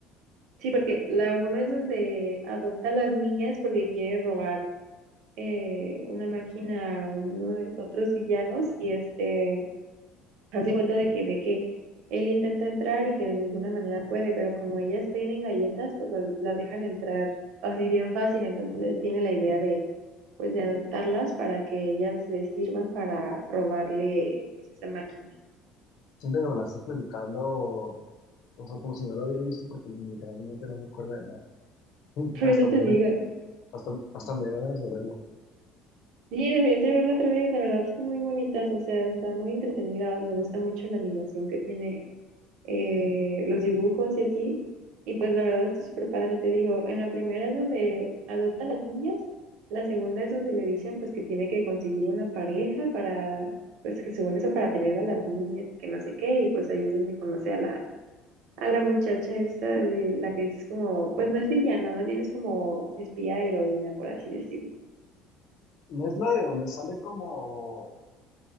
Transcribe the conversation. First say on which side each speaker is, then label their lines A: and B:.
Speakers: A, on the right (about 60°); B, on the left (about 50°).
A: Sí, porque la uno es donde adopta a las niñas porque quiere robar eh, una máquina a uno de los otros villanos y este hace cuenta de que ve que él intenta entrar y que de ninguna manera puede, pero como ellas tienen galletas, pues las dejan entrar así bien fácil, entonces él tiene la idea de pues de adoptarlas para que ellas les sirvan para robarle pues esa máquina.
B: Siento que me la estás platicando, o sea, como si no lo hubiera visto porque literalmente no me acuerdo de nada. <laughs>
A: <laughs> Por eso
B: Hasta
A: te
B: me dieron,
A: digo,
B: hasta, hasta me dieron ganas de verla.
A: sí, deberías de verlo otra vez, la verdad están muy bonitas, o sea, están muy entretenidas, me gusta mucho la animación que tiene, eh, los dibujos y así, y pues la verdad está súper padre, te digo, en la primera es donde adopta a las niñas, la segunda es donde le dicen pues que tiene que conseguir una pareja para, pues que según eso para tener a las niñas y que no sé qué, y pues ahí es donde conoce a la a la muchacha esta de la que es como, pues no es villana, más bien es como espía heroína, por así decirlo.
B: No es la de donde sale como,